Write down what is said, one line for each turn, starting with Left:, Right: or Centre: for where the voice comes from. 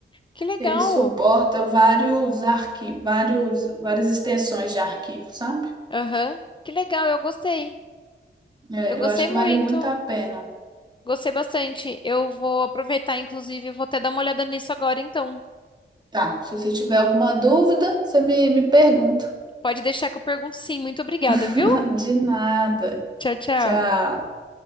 Left: Que legal.
Right: Ele suporta vários arquivos, vários, várias extensões de arquivo, sabe?
Left: Aham. Que legal, eu gostei.
Right: É,
Left: Eu gostei
Right: eu acho que
Left: muito.
Right: vale muito a pena.
Left: Gostei bastante. Eu vou aproveitar, inclusive, eu vou até dar uma olhada nisso agora, então.
Right: Tá, se você tiver alguma dúvida, você me, me pergunta.
Left: Pode deixar que eu pergunto sim. Muito obrigada, viu?
Right: <laughs> De nada.
Left: Tchau, tchau.
Right: Tchau.